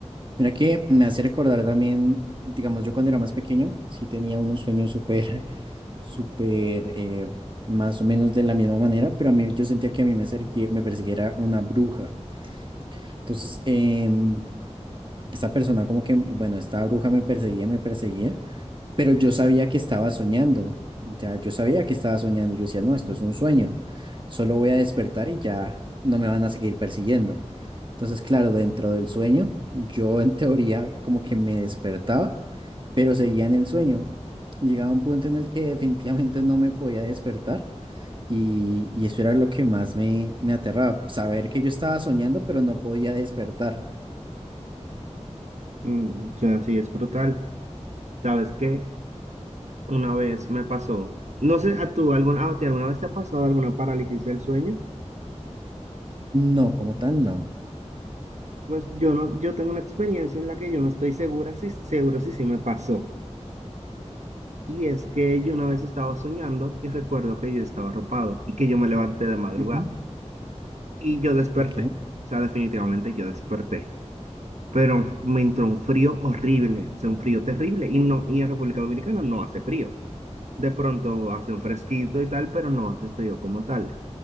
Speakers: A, on the right; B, on the right.
A: Mira que me hace recordar también, digamos, yo cuando era más pequeño, sí tenía unos sueños súper, <laughs> súper, eh, más o menos de la misma manera, pero a mí yo sentía que a mí me, persigue- me persiguiera una bruja. Entonces, em, esta persona como que, bueno, esta bruja me perseguía, me perseguía. pero yo sabía que estaba soñando. O sea, yo sabía que estaba soñando. Yo decía, no, esto es un sueño. Solo voy a despertar y ya no me van a seguir persiguiendo. Entonces, claro, dentro del sueño, yo en teoría como que me despertaba, pero seguía en el sueño. Llegaba un punto en el que definitivamente no me podía despertar y, y eso era lo que más me, me aterraba, saber que yo estaba soñando, pero no podía despertar.
B: Mm, o sea, sí, es brutal. ¿Sabes qué? Una vez me pasó, no sé, a tú alguna, a ti alguna vez te ha pasado alguna parálisis del sueño?
A: No, como tal, no.
B: Pues yo no, yo tengo una experiencia en la que yo no estoy segura si seguro si sí me pasó. Y es que yo una vez estaba soñando y recuerdo que yo estaba arropado y que yo me levanté de madrugada.
A: Ujú,
B: Y yo desperté,
A: Ok,
B: o sea, definitivamente yo desperté, pero me entró un frío horrible, o sea, un frío terrible, y no, y en República Dominicana no hace frío. De pronto hace un fresquito y tal, pero no hace frío como tal.